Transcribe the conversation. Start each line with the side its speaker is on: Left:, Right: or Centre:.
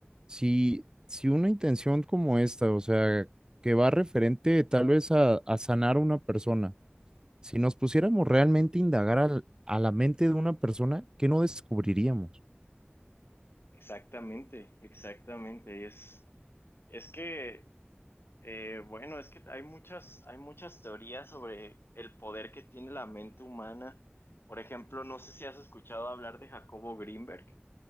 Right: si, si una intención como esta, o sea, que va referente tal vez a, a sanar a una persona, si nos pusiéramos realmente a indagar al- a la mente de una persona, ¿qué no descubriríamos?
Left: exactamente, exactamente, es, es que... Eh, bueno, es que hay muchas, hay muchas teorías sobre el poder que tiene la mente humana. Por ejemplo, no sé si has escuchado hablar de Jacobo Greenberg.